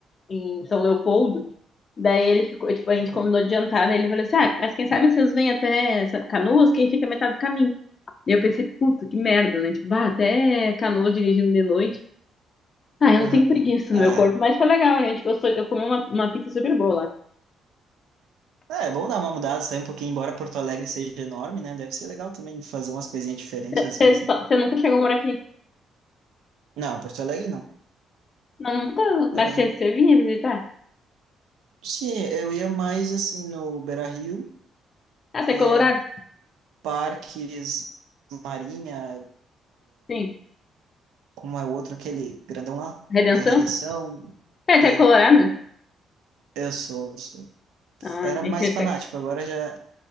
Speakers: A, on the left; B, on the right.
A: em São Leopoldo. Daí ele ficou, tipo, a
B: Aham,
A: gente combinou de jantar, daí ele falou assim, ah, mas quem sabe vocês vêm até essa- Canoas, quem fica metade do caminho. Daí eu pensei, puta, que merda, né? Tipo, bah, até Canoas dirigindo de noite. Ah, eu
B: aham,
A: não tenho preguiça
B: aham. Ah,
A: no meu corpo, mas foi legal, a gente gostou, eu comi uma, uma pizza super boa lá.
B: é, é bom dar uma mudada, sair um pouquinho, embora Porto Alegre seja enorme, né? Deve ser legal também fazer umas coisinhas diferentes
A: Você
B: às vezes, né?
A: só- você nunca chegou a morar aqui?
B: Não, Porto Alegre não.
A: Não, nunca, mas
B: Era...
A: você, você vinha visitar?
B: Sim, eu ia mais assim no Beira-Rio,
A: Ah, você
B: é,
A: é colorado?
B: parques, Marinha,
A: Sim.
B: como é o outro, aquele grandão lá,
A: Redenção?
B: da Redenção.
A: É,
B: é,
A: você é colorado, né?
B: Eu sou, eu sou.
A: Ah,
B: Era
A: <laughs> esse
B: mais
A: é-
B: fanático, agora já